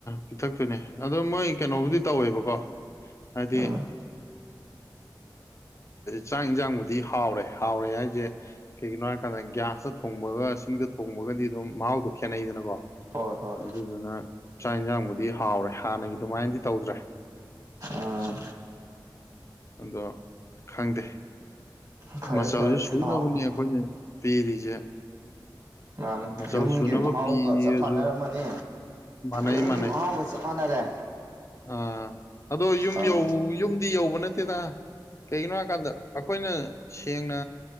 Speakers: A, on the left (about 35°); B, on the right (about 50°).
A: ꯄꯤꯊꯛꯇꯣꯏꯅꯦ ꯑꯗꯣ ꯃꯣꯏ ꯀꯩꯅꯣꯕꯨꯗꯤ ꯇꯧꯋꯦꯕꯀꯣ ꯍꯥꯗꯤ
B: ꯎꯝ
A: ꯆꯥꯛ ꯌꯦꯟꯁꯥꯡꯕꯨꯗꯤ ꯍꯥꯎꯔꯦ ꯍꯥꯎꯔꯦ ꯍꯥꯏꯁꯦ ꯀꯩꯒꯤꯅꯣ ꯍꯥꯏꯔꯀꯥꯟꯗ ꯒ꯭ꯌꯥꯁꯇ ꯊꯣꯡꯕꯒ ꯁꯤꯡꯗ ꯊꯣꯡꯕꯒꯗꯤ ꯑꯗꯨꯝ ꯃꯍꯥꯎꯗꯣ ꯈꯦꯠꯅꯩꯗꯅꯀꯣ
B: ꯍꯣꯏ ꯍꯣꯏ
A: ꯑꯗꯨꯗꯨꯅ ꯆꯥꯛ ꯌꯦꯟꯁꯥꯡꯕꯨꯗꯤ ꯍꯥꯎꯔꯦ ꯍꯥꯟꯅꯒꯤ ꯑꯗꯨꯃꯥꯏꯅꯗꯤ ꯇꯧꯗ꯭ꯔꯦ
B: ꯎꯝ
A: ꯑꯗꯣ ꯈꯪꯗꯦ
B: ꯐꯔꯦ
A: ꯃꯆꯜꯁꯨ
B: ꯐꯔꯦ
A: ꯁꯨꯅꯕꯅꯤ
B: ꯑꯥꯎ
A: ꯑꯩꯈꯣꯏꯅ ꯄꯤꯔꯤꯁꯦ
B: ꯃꯥꯅꯦ
A: ꯃꯆꯜ
B: ꯌꯨꯝꯒꯤ
A: ꯁꯨꯅꯕ
B: ꯃꯍꯥꯎꯒ
A: ꯄꯤꯔꯁꯨ
B: ꯆꯞ ꯃꯥꯟꯅꯔꯝꯃꯅꯤ
A: ꯃꯥꯟꯅꯩ
B: ꯌꯨꯝꯒꯤ
A: ꯃꯥꯟꯅꯩ
B: ꯃꯍꯥꯎꯒ ꯆꯞ ꯃꯥꯟꯅꯔꯦ
A: ꯑ ꯑꯗꯣ ꯌꯨꯝ
B: ꯑꯥ
A: ꯌꯧ ꯌꯨꯝ ꯗꯤ ꯌꯧꯕ ꯅꯠꯇꯦꯗ ꯀꯩꯒꯤꯅꯣ ꯍꯥꯏꯀꯥꯟꯗ ꯑꯩꯈꯣꯏꯅ ꯁꯦꯡꯅ